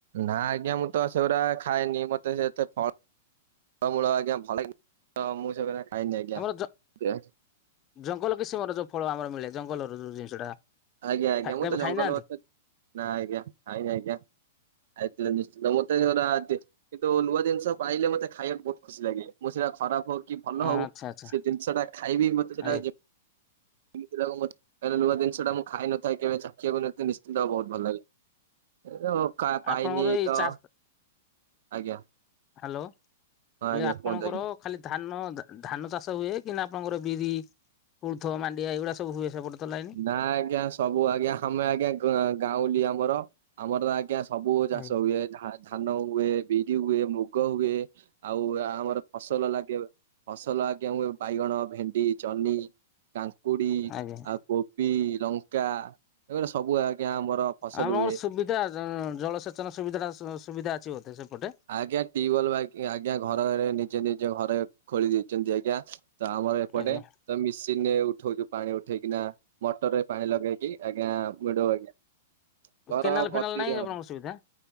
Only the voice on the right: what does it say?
ନା ଆଜ୍ଞା ମୁଁ ତ ସେଗୁଡା ଖାଏନି। ମୋତେ ସେ ଏତେ ଫ ଫଳ ମୂଳ ଆଜ୍ଞା ଭଲ ତ ମୁଁ ସେଗୁରା ଖାଇନି ଆଜ୍ଞା।
<unintelligible>
ଆଜ୍ଞା ଆଜ୍ଞା ମୁଁ
ତ ଜଙ୍ଗଲ
ଏତେ ନା ଆଜ୍ଞା, ଆଜ୍ଞା, ଆଜ୍ଞା। ଆଇଥିଲେ ନିଶ୍ଚିତ ମୋତେ ସେଉରା ଏତେ କିନ୍ତୁ ନୂଆ ଜିନିଷ ପାଇଲେ ମୋତେ ଖାଇବାକୁ ବହୁତ ଖୁସି ଲାଗେ। ମୁଁ ସେଇଆ ଖରାପ ହଉ କି ଭଲ
ହଉ
ସେ ଜିନିଷ ଟା ଖାଇବି ମୋତେ ସେଟା
ଯେ ଯେମତି ଲାଗୁ ମୋତେ ଏଟା ନୂଆ ଜିନିଷଟା ମୁଁ ଖାଇନଥାଏ କେବେ ଚାଖିିବାକୁ ନଥି ନିଶ୍ଚିନ୍ତ ଆଉ ବହୁତ ଭଲ ଲାଗେ। <unintelligible> କା ପାଇନି
ତ
ଆଜ୍ଞା।
ହଁ ଆଜ୍ଞା
କୁହନ୍ତୁ ଆଜ୍ଞା।
ନା ଆଜ୍ଞା ସବୁ ଆଜ୍ଞା ଆମେ ଆଜ୍ଞା ଗ-ଗାଉଁଲି ଆମର ଆମର ତ ଆଜ୍ଞା ସ ସବୁ ଚାଷ
ହୁଏ ଧା-ଧାନ ହୁଏ, ବିରି ହୁଏ, ମୁଗ ହୁଏ, ଆଉ ଆ, ଆମର ଫସଲ ଲାଗେ ଫସଲ ଆଜ୍ଞା ହୁଏ ବାଇଗଣ, ଭେଣ୍ଡି, ଜହ୍ନି, କାଙ୍କୁଡି
ଆଉ କୋବି, ଲଙ୍କା ଏଗୁରା ସବୁ ଆଜ୍ଞା ଆମର ଫସଲ
ହୁଏ।
ଆଜ୍ଞା ଟିୱଲ୍ ଆ, ଆଜ୍ଞା ଘରରେ ନିଜେ ନିଜ ଘରେ ଖୋଳି ଦେଇଛନ୍ତି ଆଜ୍ଞା। ତ ଆମର ଏପଟେ
ତ ମିସିନ ରେ ଉଠଉଚୁ ପାଣି ଉଠେଇକିନା ମଟର ରେ ପାଣି ଲଗେଇକି ଆଜ୍ଞା ମିଡୁ ଆଜ୍ଞା। ଘର
କତିରେ